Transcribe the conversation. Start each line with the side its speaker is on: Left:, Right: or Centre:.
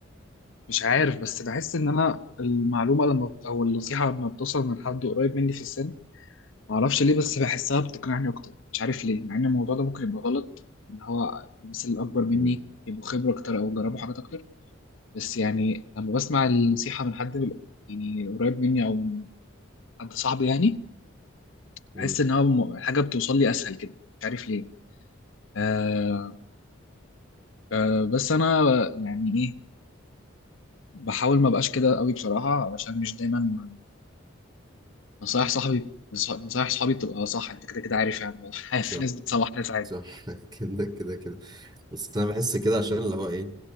Left: مش عارف بس بحس ان انا المعلومه لما بت- او النصيحه لما بتوصل من حد قريب مني في السن معرفش ليه بس بحسها بتقنعني اكتر مش عارف ليه مع ان الموضوع ده ممكن يبقى غلط ان هو الناس اللي اكبر مني
Right: مم.
Left: يبقوا خبره اكتر او جربوا حاجات اكتر بس يعني لما بسمع النصيحه من حد بال- يعني قريب مني او من حد صاحبي يعني بحس
Right: مم.
Left: ان هو م- الحاجه بتوصل لي اسهل كده مش عارف ليه آه آه بس انا يعني ايه بحاول ما بقاش كده قوي بصراحه علشان مش دايما نصايح صاحبي نصايح صحابي بتبقى صح انت كده كده عارف يعني <laughs> عارف
Right: صح
Left: في ناس بتصلح ناس عادي
Right: صح <laughs> كده كده كده بس انا بحس كده عشان اللي هو ايه